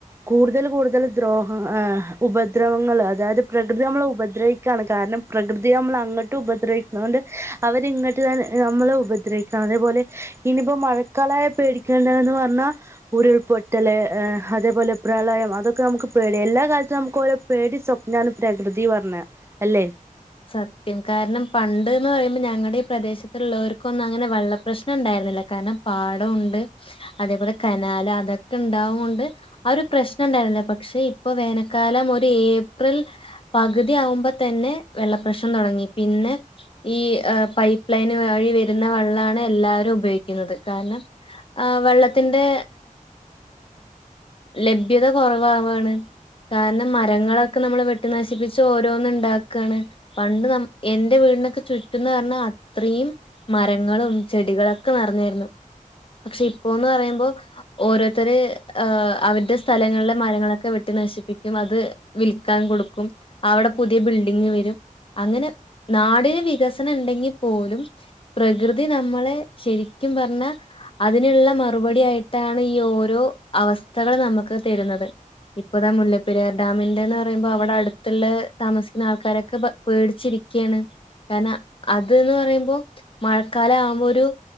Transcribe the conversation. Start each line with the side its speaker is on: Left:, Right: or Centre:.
Right: കൂടുതൽ കൂടുതൽ ദ്രോഹ ഏഹ് ഉപദ്രവങ്ങൾ അതായത് പ്രകൃതി നമ്മളെ ഉപദ്രവി ക്കാണ് കാരണം പ്രകൃതിയെ നമ്മൾ അങ്ങട്ട് ഉപദ്രവിക്ക്ണോണ്ട് അവര് ഇങ്ങട്ട് തന്നെ നമ്മളെ ഉപദ്രവി ക്ക അതേപോലെ ഇനിയിപ്പോ മഴക്കാലായ പേടിക്കേണ്ടേന്ന് പറഞ്ഞാ ഉരുൾപൊട്ടല് അതേപോലെ പ്രളയം അതൊക്കെ നമുക്ക് പേടിയാ എല്ലാ കാലത്തും നമുക്ക് ഓരോ പേടി സ്വപ്നാണ് പ്രകൃതി പറഞ്ഞ അല്ലേ?
Left: സത്യം കാരണം പണ്ട് എന്ന് പറയുമ്പോ ഞങ്ങടെ ഈ പ്രദേശത്ത് ഇള്ളവർക്കൊന്നും അങ്ങനെ വെള്ള പ്രശ്നം ഇണ്ടായിരുന്നില്ല കാരണം പാടമുണ്ട് അതേപോലെ കനാൽ അതൊക്കെ ഇണ്ടാവും കൊണ്ട് ആ ഒരു പ്രശ്നം ഇണ്ടായിരുന്നില്ല പക്ഷെ ഇപ്പൊ വേനൽക്കാലം ഒരു ഏപ്രിൽ പകുതി ആവുമ്പം തന്നെ വെള്ളപ്രശ്നം തൊടങ്ങി പിന്നെ ഈ പൈപ്പ് ലൈൻ വഴി വരുന്ന വെള്ളാണ് എല്ലാരും ഉപയോഗിക്കുന്നത് കാരണം ആഹ് വെള്ളത്തിന്റെ ലഭ്യത കൊറവാവാണ് കാരണം മരങ്ങളൊക്കെ നമ്മള് വെട്ടി നശിപ്പിച്ച് ഓരോന്ന് ഇണ്ടാക്ക ക്കാണ് പണ്ട് നമു എന്റെ വീടിനൊക്കെ ചുറ്റുംന്ന് പറഞ്ഞാ അത്രയും മരങ്ങളും ചെടികളൊക്കെ നിറഞ്ഞായിരുന്നു പക്ഷെ ഇപ്പോന്ന് പറയുമ്പം ഓരോരുത്തര് ഏഹ് അവരുടെ സ്ഥലങ്ങളിലെ മരങ്ങളൊക്കെ വെട്ടി നശിപ്പിക്കും അത് വിൽക്കാൻ കൊടുക്കും അവിടെ പുതിയ ബിൽ ഡിങ്ങ് വരും അങ്ങനെ നാടിന് വികസനം ഇണ്ടെങ്കി പോലും പ്രകൃതി നമ്മളെ ശരിക്കും പറഞ്ഞാ അതിനുള്ള മറുപടി ആയിട്ടാണ് ഈ ഓരോ അവസ്ഥകള് നമുക്ക് തരുന്നത് ഇപ്പതാ മുല്ലപ്പെരിയാർ ഡാമിന്റേന്ന് പറയുമ്പോ അവിടെ അടുത്തുള്ള താമസിക്ക ക്കുന്ന ആൾക്കാരൊക്കെ ഭയ പേടിച്ചിരിക്കയാണ് കാരണം അത് ന്ന് പറയുമ്പോ മഴക്കാലം ആവുമ്പോ ഒരു